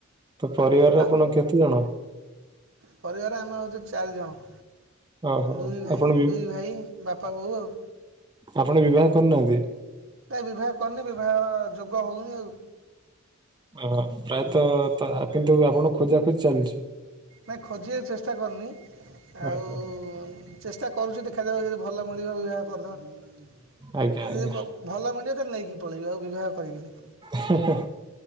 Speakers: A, on the right; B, on the right.
A: ତ ପରିବାରରେ
B: ଆ
A: ଆପଣ କେତେ ଜଣ?
B: ପରିବାର ଆମେ ହୋଉଚୁ ଚାରି ଜଣ।
A: ଓହୋ
B: ଦୁଇ ଭାଇ
A: ଆପଣ ବି
B: ଦୁଇ ଭାଇ ବାପା ବୋଉ ଆଉ।
A: ଆପଣ ବିବାହ କରନାହାନ୍ତି?
B: ତା ବିବାହ କରନି। ବିବାଘର ଯୋଗ ହୋଉନି ଆଉ।
A: ଓ ପ୍ରାୟତଃ ତ କିନ୍ତୁ ଆପଣକୁ ଖୋଜା ଖୋଜି ଚାଲିଚି।
B: ନାଇଁ ଖୋଜିବାକୁ ଚେଷ୍ଟା କରନି। ଆଉ
A: ଓହୋ
B: ଚେଷ୍ଟା କରୁଚି ଦେଖାଯାଉ ଯଦି ଭଲ ମଳିବେ ବିିବାହ କରିଦବା। ଏଜେ
A: ଆଜ୍ଞା ଆଜ୍ଞା
B: ଯଦି ଭଲ ମିଳିବ ତ ନେଇକି ପଳେଇବି ଆଉ ବିବାହ କରିବିିନି।
A: ହେ-ହେ